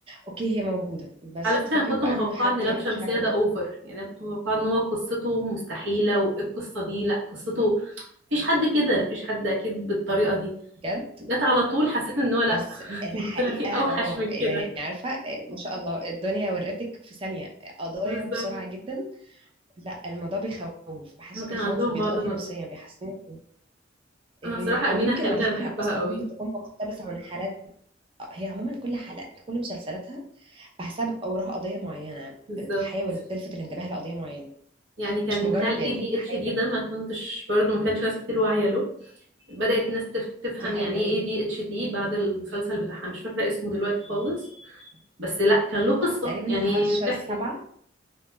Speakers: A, on the right; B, on the right.
A: اوكي هي موجودة بس
B: على فكرة
A: فكرة
B: أنا كنت
A: بقى
B: متوقعة
A: انه حد
B: إن لام
A: يعيشها
B: شمسية ده أوفر يعني أنا كنت متوقعة إن هو قصته مستحيلة وإيه القصة دي لأ قصته مفيش حد كده مفيش حد أكيد بالطريقة دي
A: بجد
B: جت على طول حسيت إن هو لأ
A: بس
B: <laughs>
A: الحقيقة
B: ده طلع فيه أوحش
A: اه
B: من
A: يعني
B: كده
A: عارفة ما شاء الله الدنيا ورتك في ثانية قضايا
B: بالظبط
A: بسرعة جدا لا الموضوع بيخوف بحسه
B: ما كان
A: بيخوف
B: عندهم
A: وبيضغطني
B: بعض النظر
A: نفسيا بيحسسني إيه،
B: أنا بصراحة أمينة
A: او يمكن
B: خليل
A: على فكرة
B: أنا بحبها
A: اصلا
B: قوي
A: ممكن تكون مقتبسة من حالات هي عموما كل حلقة كل مسلسلاتها بحسها بيبقى وراها قضية معينة
B: بالظبط
A: بتحاول تلفت الانتباه لقضية معينة
B: يعني كان
A: مش مجرد
B: بتاع ال ADHD
A: يعني حاجة
B: ده
A: كده
B: ما كنتش برضه ما كانش ناس كتير واعية له بدأت ناس تف- تفهم
A: دي حقيقة
B: يعني إيه ADHD بعد المسلسل بتاعها مش فاكرة اسمه دلوقتي خالص بس لا كان له قصة
A: تقريبا
B: يعني
A: الهرشة
B: بتحكي
A: السبعة